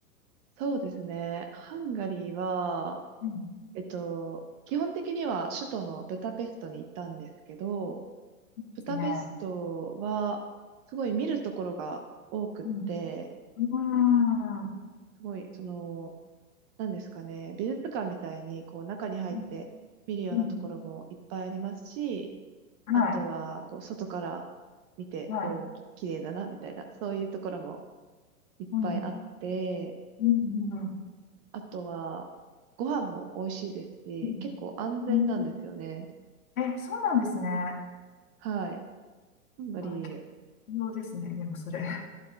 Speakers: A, on the right; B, on the left.
A: そうですね。ハンガリーは、
B: うん。で
A: えっと、基本的には首都のブダペストに行ったんですけど、ブダペストは、
B: すね。は
A: すごい見るところが多くって、
B: い。うん。うーん。う
A: すごい、その、なんですかね、美術館みたいに、こう、中に入って見るようなところもいっぱいありますし、
B: んうんはい。
A: あとは、こう、外から見て、
B: はい。
A: おお、き綺麗だな、みたいな、そういうところもいっぱいあって、
B: うん。うん。うん。うん。
A: あとは、ご飯も美味しいですし、
B: うん
A: 結構安全なんですよね。
B: うんえ、そうなんですね。
A: はい。ハンガリー、
B: あ、結構ですね。でもそれ。